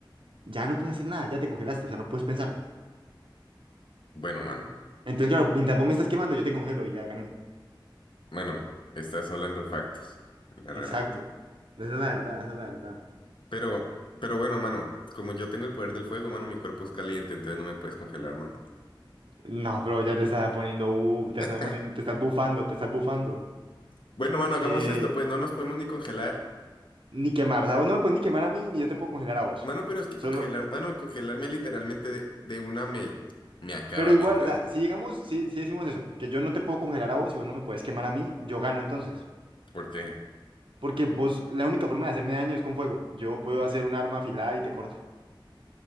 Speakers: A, on the right; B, on the left.
A: ya no puedes hacer nada, ya te congelaste, o sea, no puedes pensar.
B: Bueno, mano.
A: Entonces, claro, mientras vos me estás quemando, yo te congelo y ya gané.
B: Bueno, estás hablando factos, la
A: Exacto.
B: real.
A: Esa es la verdad, esa es la verdad.
B: Pero, pero bueno, mano, como yo tengo el poder del fuego, mano, mi cuerpo es caliente, entonces no me puedes congelar, mano.
A: No, bro, ya te estás poniendo, uh, te
B: <laughs>
A: estás poniendo, te estás bufando, te estás bufando.
B: Bueno, mano, hagamos
A: Eh,
B: esto, pues no nos podemos ni congelar.
A: Ni quemar, o sea, vos no me puedes ni quemar a mí, ni yo te puedo congelar a vos.
B: Mano, pero es que
A: Solo,
B: congelar, mano, congelarme literalmente de, de una me, me acaba
A: pero igual,
B: mientras.
A: o sea, si llegamos, si, si decimos eso, que yo no te puedo congelar a vos y vos no me puedes quemar a mí, yo gano entonces.
B: Porque,
A: Porque vos, la única forma de hacerme daño es con fuego. Yo puedo hacer un arma afilada y te corto.